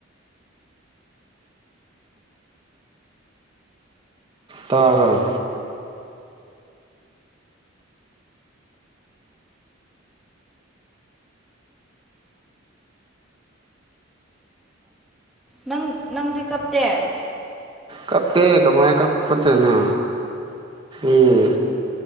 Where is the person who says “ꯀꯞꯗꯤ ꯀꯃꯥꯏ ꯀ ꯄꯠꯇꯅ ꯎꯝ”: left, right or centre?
Right